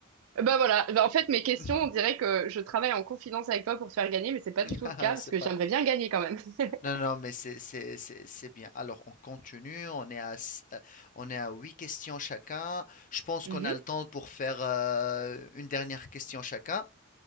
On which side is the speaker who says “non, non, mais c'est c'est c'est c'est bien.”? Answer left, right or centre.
Left